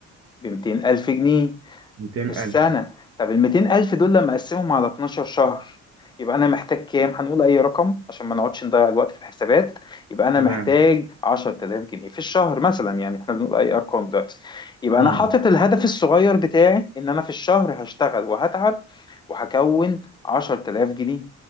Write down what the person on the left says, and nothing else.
بمتين ألف جنيه
في السنة
طب ال 200000 دول لما أقسمهم على 12 شهر يبقى أنا محتاج كام؟ هنقول أي رقم عشان ما نقعدش نضيع الوقت في الحسابات يبقى أنا
محتاج 10000 جنيه في الشهر مثلا يعني إحنا بنقول أي أرقام دلوقتي يبقى أنا
حاطط الهدف الصغير بتاعي إن أنا في الشهر هشتغل وهتعب وهكون 10000 جنيه